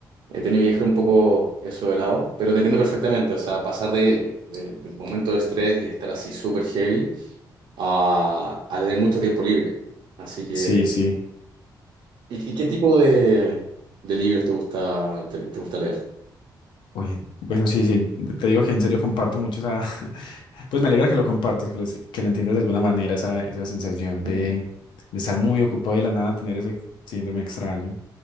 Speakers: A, on the right; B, on the left.
A: he tenido que dejar un poco eso de lado, pero te entiendo perfectamente. O sea, pasar de, de- del momento de estrés y estar así súper heavy a, a tener mucho tiempo libre. Así que,
B: Sí, sí.
A: ¿y, y qué tipo de, de libros te gusta, te te gusta leer?
B: Oye, bueno, sí, sí, te digo que en serio comparto mucho esa, <laughs> pues me alegra que lo compartas, que lo, que lo entiendas de alguna manera, esa, esa sensación
A: <laughs>
B: de, de estar muy ocupado y de la nada, tener ese síndrome extraño.